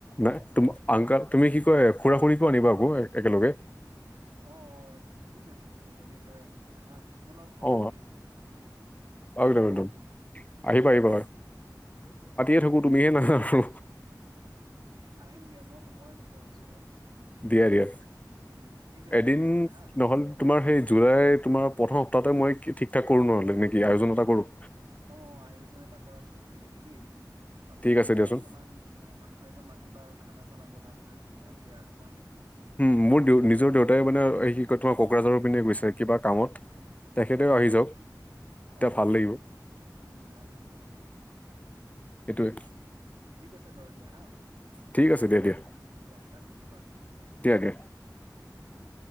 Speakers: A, on the left; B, on the right.
A: ন' তুম আংক তুমি কি কয় খুৰা খুৰী কো <unintelligible> একেলগে?
B: অ', অ' ঠিক আছে, ঠিক আছে এদিন লৈ আহিম দিয়া হা। তোমালোকৰ ঘৰতে
A: অ
B: আহিম দিয়া এদিন দেই,
A: একদম
B: ভাত
A: একদম
B: খোৱাকে।
A: আহিবা আহিবা <unintelligible> থাকো তুমিহে নাহা আৰু।
B: আহিম দিয়া, মই সময় নোপোৱা হৈছোঁ অ'।
A: দিয়া দিয়া।
B: উম ঠিক আছে
A: এদিন
B: বাৰু দিয়া হা
A: নহ'ল তোমাৰ সেই জুৱাই তোমাৰ প্ৰথম সপ্তাহতে মই ঠিক ঠাক কৰোঁ ন' নেকি, আয়োজন এটা কৰোঁ।
B: অ', অ' আয়োজন এটা কৰাচোন ধুনীয়াকে দেই,
A: ঠিক
B: বাহিৰা
A: আছে দিয়াচোন
B: অকণমান মানুহ এজন মাতিবা আৰু খানা চানা বনাবলৈ ধুনীয়াকে আৰু হয়নে?
A: উ, মোৰ দে নিজৰ দেউতাই মানে কি কয় তোমাৰ কোকৰাঝাৰৰ পিনে গৈছে কিবা কামত। তেখেতেও
B: হা হা
A: আহি
B: হা
A: যাওঁক, তেতিয়া
B: অ অ
A: ভাল লাগিব।
B: উম ভাল লাগিব ভাল লাগিব
A: সেইটোৱে।
B: কি ঠিক আছে বাৰু দিয়া হা,
A: ঠিক আছে দিয়া দিয়া
B: উ, দিয়া ৰাখিছোঁ বাৰু।
A: দিয়া দিয়া
B: উম, দিয়া।